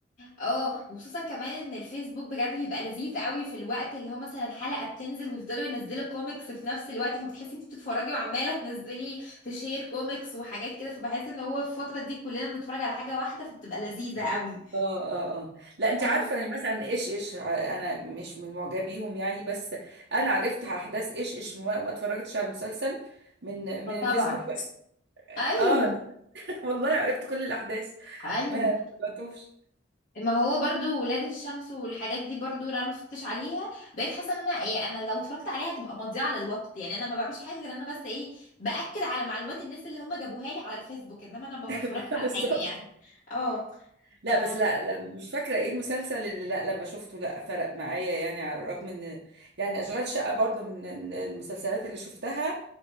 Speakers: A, on the left; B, on the right.
A: اه وخصوصا كمان ان الفيسبوك بجد بيبقى لذيذ قوي في الوقت اللي هو مثلا الحلقه بتنزل ويفضلوا ينزلوا كوميكس في نفس الوقت فبتحسي انت بتتفرجي وعماله تنزلي تشير كوميكس وحاجات كده فبحس ان هو في الفتره دي كلنا بنتفرج على حاجه واحده فبتبقى لذيذه قوي
B: اه اه اه لا انت
A: اه
B: عارفه يعني مثلا ايش ايش ع- انا مش من معجبيهم يعني بس انا عرفت احداث ايش ايش ما ما اتفرجتش على المسلسل من
A: فطبعا
B: من الفيسبوك بس
A: ايوه
B: اه <laughs> والله عرفت كل الاحداث
A: ايوه
B: ما ما تبعتوش
A: ما هو برضو ولاد الشمس والحاجات دي برضو لو انا ما اتفرجتش عليها بقيت حاسه ان انا ايه انا لو اتفرجت عليها هتبقى مضيعه للوقت يعني انا ما بعملش حاجه غير ان انا بس ايه باكد على معلومات الناس اللي هم جابوها لي على الفيسبوك انما انا ما بتفرجش
B: <laughs>
A: على
B: بالظبط
A: حاجه يعني <laughs> اه
B: لا
A: ف
B: بس لا لا مش فاكره ايه المسلسل اللي لا لما شفته لا فرق معايا يعني على الرغم ان يعني اشغال شقه برضو من المسلسلات اللي شفتها